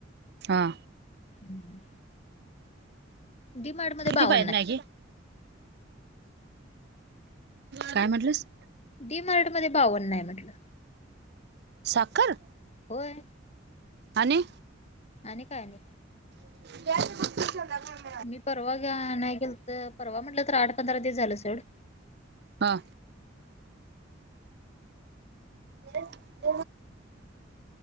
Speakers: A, on the right; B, on the left.
A: हां
B: हम्म डीमारड मध्ये
A: किती
B: बावन्न
A: पाहिजे मॅगी काय म्हटलंस
B: डी मारट मध्ये बावन्न आहे म्हटलं
A: साखर
B: होय
A: आणि
B: आणि काय नाही
A: ब घ
B: मी परवा्या नाही गेल तर परवा म्हटलं तर आठ पंधरा दिवस झालं सेवड
A: हां <inaudible>